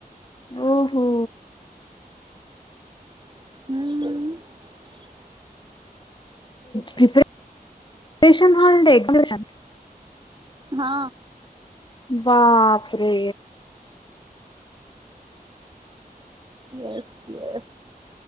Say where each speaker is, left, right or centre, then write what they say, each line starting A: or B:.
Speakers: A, on the left (about 30°); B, on the right (about 30°).
A: ఓహో
B: ఉమ్
A: ప్రిపేర్ ప్రిపరేషన్ హాలిడేస్ ఎప్పటినుంచి <inaudible>
B: హా
A: బాప్రే
B: ఎస్ ఎస్